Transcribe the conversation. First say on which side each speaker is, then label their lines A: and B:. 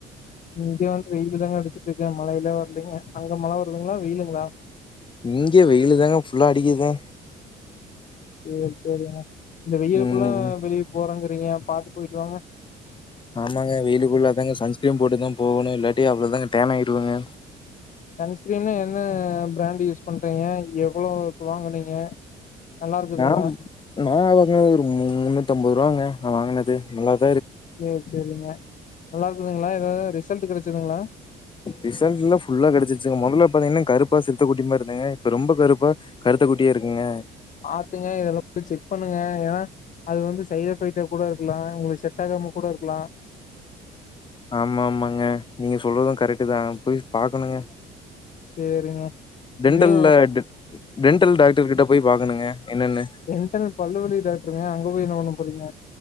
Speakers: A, on the left; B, on the left.
A: இங்க வந்து வெயிலு தாங்க அடிச்சிட்டு இருக்கு மழையெலா வரலங்க அங்க மழ வருதுங்களா வெயிலுங்களா
B: இங்க வெயிலு தாங்க ஃபுல்லா அடிக்குது
A: சேரி சேரிங்க இந்த வெயிலுக்குல்லா
B: ம்
A: வெளிய போறாங்க நீங்க பாத்து போயிட்டு வாங்க
B: ஆமாங்க வெயிலுக்குள்ள தாங்க சன்ஸ்கிரீம் போட்டுதா போகணு இல்லாட்டி அவ்ளோதாங்க ஃடேன் ஆயிடுவங்க
A: சன்ஸ்கிரீம்னா என்ன ஃப்ராண்ட் யூஸ் பண்றீங்க எவ்ளோக்கு வாங்குனீங்க நல்லா இருக்குதுங்களா
B: நாம் நா ஒரு முன்னுத்தம்பது ரூவாங்க நா வாங்குனது நல்லாரு
A: சேரி சேரிங்க நல்லா இருக்குதுங்களா எதாவது ரிசல்ட் ட்டு கெடச்சுதுங்களா
B: ரிசல்ட் எல்லாம் புல்லா கெடச்சுணருச்சுங்க மொதல்ல பாத்தீங்கன்னா கருப்பா சிறுத்த குட்டி மாரி இருந்தங்க இப்ப ரொம்ப கருப்பா கருத்த குட்டியா இருக்கேங்க
A: பாத்துங்க இதெல்லா கொணண்ட செக் பண்ணுங்க ஏன்னா அது வந்து சைட் எஃபெக்ட்டா கூட இருக்கலா உங்களுக்கு செட் ஆகாம கூட இருக்கலா
B: ஆமா ஆமாங்க நீங்க சொல்றதும் கரெக்டுதா போய் பாக்கணுங்க
A: சேரிங்க
B: டென்டல்ல
A: இதே
B: டென் டென்டல் டாக்டருகிட்ட போய் பாக்கணுங்க என்னன்னு
A: டென்டல் பல்லுவலி டாக்டருங்க அங்க போய் என்ன பண்ண போறீங்க